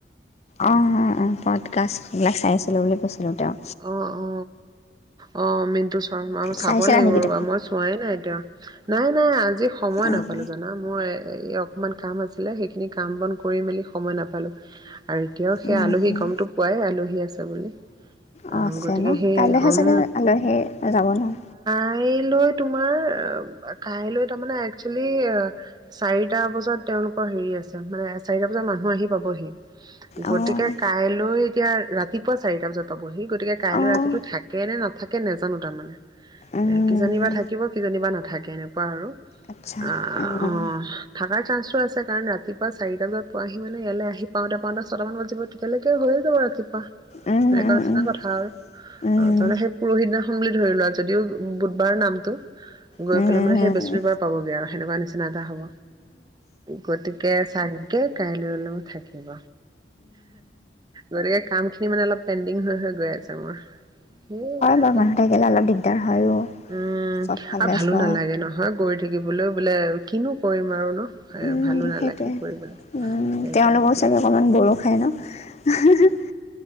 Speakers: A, on the left; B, on the right.
A: অ অ অ পডকাষ্ট। চাই আছিলোঁ বুলি কৈছিলোঁ। তেওঁ।
B: অ, অ অ মিন্টু শৰ্মা, চাব
A: চাইছিলা
B: লাগিব
A: নেকি
B: ৰবা
A: তুমি?
B: মই চোৱাই নাই এতিয়া। নাই নাই আজি। আজি সময়
A: অ',
B: নাপালো জানা মই। এই অকণমান কাম আছিলে, সেইখিনি কাম বন কৰি মেলি সময় নাপালোঁ। আৰু এতিয়াও সেই
A: উম,
B: আলহী
A: উম,
B: গমতটো পোৱাই আলহী আছে বুলি। অ'
A: অঁ, আছে
B: গতিকে
A: ন
B: সেই
A: কাইলৈহে
B: উম
A: চাগে আলহী যাব নহ?
B: কাইলৈ তোমাৰ কাইলৈ তাৰমানানে একচুৱেলি চাৰিটা বজাত তেওঁওলোকৰ হেৰি আছে মানে চাৰিটা বজাত মানুহ আহি পাবহি। গতিকে
A: অ',
B: কাইলৈ এতিয়া ৰাতিপুৱা চাৰিটা বজাত পাবহি। গতিকে কাইলৈ
A: অ'।
B: ৰাতিতটো থাকে নে নাথাকে নেজানো তাৰমানে এ
A: উম,
B: ক কিজানিবা থাকিব, কিজানিবা নাথাকে এনেকুৱা আৰু।
A: আচ্ছা।
B: অ'
A: উম,
B: অ, থাকাৰ চান্সটো আছে কাৰণ ৰাতিপুৱা চাৰিটা বজাত পোৱাহি মানে ইয়ালৈ আহি পাওঁতে পাওঁতে ছটামান বাজিব তেতিয়ালৈকে হৈয়ে যাব ৰাতিপুৱা।
A: উম,
B: <unintelligible>
A: উম, উম,
B: কথা,
A: উম।
B: অ তহলে সেই পুৰহি দিনাখন বুলি ধৰি লোৱা যদিও বুধবাৰৰ নামতটো, গৈ
A: হয়
B: পেলাই মানে সেই বেস্পতিবাৰ পাবগে আৰু সেনেকুৱা নিচিনা এটা হব। গতিকে চাগে কাইলৈ থাকিব। গতিকে কাম খিনি মানে অলপ পেণ্ডিং হৈ গৈ আছে মোৰ সেই তাকে,
A: বাৰু মানুহ থাকিলে অলপ দিগদাৰ হয়ো
B: উম
A: চবফালে
B: আৰু ভালো
A: চোৱা
B: নালাগে নহয় গৈ থাকিবলৈ বোলে কিনো কৰিম আৰু ন
A: উম
B: ভালো নালাগে
A: সেইটোৱে,
B: কৰিবলৈ
A: উম
B: সেইটোৱে
A: তেওঁলোকো চাগে অকমান বৰো খাই ন